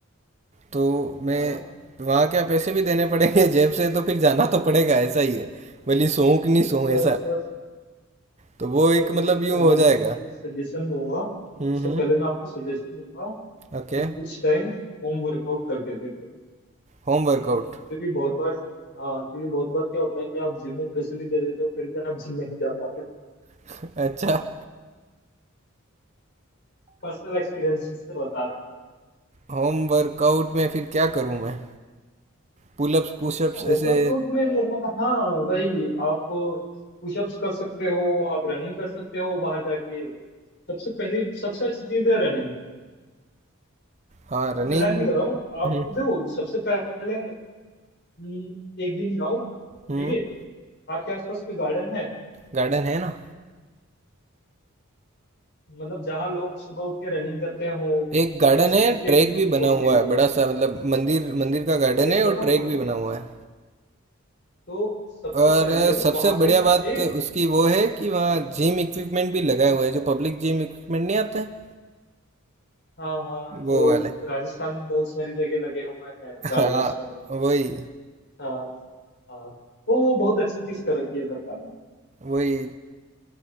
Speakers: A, on the right (about 30°); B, on the left (about 55°).
A: तो
B: हाँ
A: मैं वहाँ क्या पैसे भी देने पड़ेंगे जेब से तो फिर जाना तो पड़ेगा ऐसा ही है भले सोऊं कि नहीं सोऊं
B: पर
A: ऐसा
B: पर
A: तो वो एक
B: पर
A: मतलब
B: उससे पहले
A: यूँ हो
B: मैं
A: जाएगा
B: आपको सजेशन दूंगा
A: हम्म
B: उससे
A: हम्म
B: पहले मैं आपको सजेशन दूंगा
A: ओके
B: कि कुछ टाइम होम वर्कआउट करके देखो
A: Home workout
B: क्योंकि बहुत बार हाँ क्योंकि बहुत बार क्या होता है कि आप जिम में पैसे भी दे देते हो फिर भी आप जिम नहीं जा पाते
A: <laughs> अच्छा
B: पर्सनल एक्सपीरियंस से बता रहा हूँ
A: होम वर्कआउट में फिर क्या करूँ मैं पुलअप्स पुशअप्स
B: होमवर्कआउट
A: ऐसे
B: में मतलब हाँ वही आप पुशअप्स कर सकते हो आप रनिंग कर सकते हो बाहर जाके सबसे पहली सबसे अच्छी चीज है रनिंग
A: हाँ रनिंग
B: मैं मजाक नहीं कर रहा हूँ आप
A: हम्म
B: देखो सबसे पहले हम्म, एक दिन जाओ
A: हम्म
B: ठीक है आपके आसपास कोई गार्डन है
A: गार्डन है ना
B: मतलब जहाँ लोग सुबह उठ के रनिंग करते हो
A: एक गार्डन
B: या इस
A: है
B: टाइप की
A: ट्रैक
B: एक्टिविटीज
A: भी बना
B: होती
A: हुआ
B: हो
A: है बड़ा सा मतलब मंदिर मंदिर का गार्डन
B: ट्रैक
A: है
B: बना
A: और ट्रैक
B: हुआ है
A: भी
B: ना
A: बना हुआ है
B: तो सबसे
A: और
B: पहले
A: अ, सबसे
B: वहां
A: बढ़िया
B: पे जाके
A: बात उसकी वो है कि वहाँ जिम इक्विपमेंट भी लगाए हुए हैं जो पब्लिक जिम इक्विपमेंट नहीं आते हैं
B: हाँ हाँ जो
A: वो वाले
B: राजस्थान में बहुत सारी जगह लगे हुए हैं गार्डन्स
A: हाँ
B: में
A: वही
B: हाँ हाँ वो वो बहुत अच्छी चीज कर रखी है सरकार ने
A: वही